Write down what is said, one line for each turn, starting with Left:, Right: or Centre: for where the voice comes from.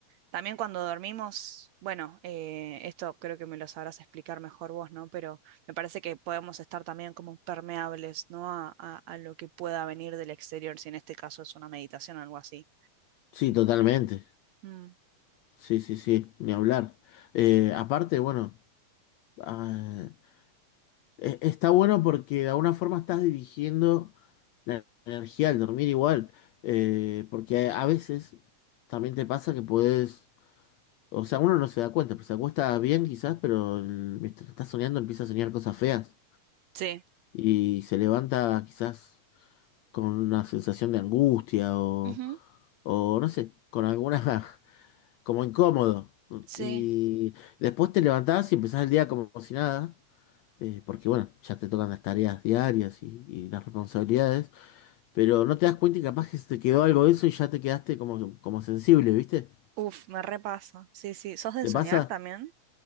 Right: también cuando dormimos, bueno, eh, esto creo que me lo sabrás explicar mejor vos, ¿no? Pero me parece que podemos estar también como permeables, ¿no? A, a- a lo que pueda venir del exterior, si en este caso es una meditación o algo así.
Left: sí, totalmente.
Right: Mm,
Left: Sí, sí, sí, ni hablar. Eh, aparte, bueno, ah, e- está bueno porque de alguna forma estás dirigiendo la energía al dormir igual. Eh, porque a a veces también te pasa que puedes O sea, uno no se da cuenta, pues se acuesta bien quizás, pero el- mientras está soñando empieza a soñar cosas feas
Right: Sí.
Left: y se levanta quizás con una sensación de angustia o,
Right: Ujú,
Left: o no sé, con alguna, <laughs> como incómodo.
Right: Sí.
Left: Y después te levantás y empezás el día como si nada, eh, porque bueno, ya te tocan las tareas diarias y, y las responsabilidades, pero no te das cuenta y capaz que se te quedó algo de eso y ya te quedaste como, como sensible, ¿viste?
Right: Uf, me repasa. Sí, sí. ¿Sos de
Left: ¿Te
Right: soñar
Left: pasa
Right: también?